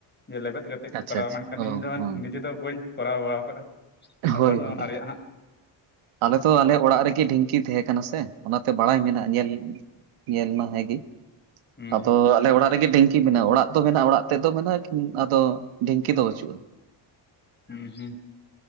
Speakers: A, on the left; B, on the right.
A: ᱡᱮ ᱞᱮᱵᱮᱫ ᱠᱟᱛᱮᱫ ᱠᱚ
B: ᱟᱪᱪᱷᱟ
A: ᱠᱚᱨᱟᱣᱟ
B: ᱟᱪᱪᱷᱟ,
A: ᱢᱮᱱᱠᱷᱟᱱ
B: ᱚ
A: ᱤᱧ ᱫᱚ
B: ᱦᱚᱸ,
A: ᱱᱤᱡᱮ ᱫᱚ ᱵᱟᱹᱧ ᱠᱚᱨᱟᱣ ᱵᱟᱲᱟ ᱠᱟᱜᱼᱟ ᱟᱨ
B: ᱦᱳᱭ
A: ᱵᱟᱹᱱᱩᱜᱼᱟ
B: ᱦᱳᱭ
A: ᱚᱱᱟ ᱨᱮᱭᱟᱜ ᱦᱟᱸᱜ
B: ᱟᱞᱮᱛᱚ ᱟᱞᱮ ᱚᱲᱟᱜ ᱨᱮᱜᱮ ᱰᱷᱤᱝᱠᱤ ᱛᱟᱦᱮᱸ ᱠᱟᱱᱟ ᱥᱮ ᱚᱱᱟᱛᱮ ᱵᱟᱲᱟᱭ ᱢᱮᱱᱟᱜᱼᱟ ᱧᱮᱞ ᱧᱮᱞ ᱢᱟ ᱦᱮᱸ ᱜᱮ
A: ᱦᱩᱸ
B: ᱟᱫᱚ
A: ᱦᱩᱸ
B: ᱟᱞᱮ ᱚᱲᱟᱜ ᱨᱮᱜᱮ ᱰᱷᱤᱝᱠᱤ ᱰᱷᱤᱝᱠᱤ ᱢᱮᱱᱟᱜᱼᱟ ᱚᱲᱟᱜ ᱫᱚ ᱢᱮᱱᱟᱜᱼᱟ ᱚᱲᱟᱜ ᱛᱮᱫ ᱫᱚ ᱢᱮᱱᱟᱜᱼᱟ ᱟᱫᱚ ᱰᱷᱤᱝᱠᱤ ᱫᱚ ᱵᱟᱹᱪᱩᱜᱼᱟ
A: ᱦᱩᱸ ᱦᱩᱸ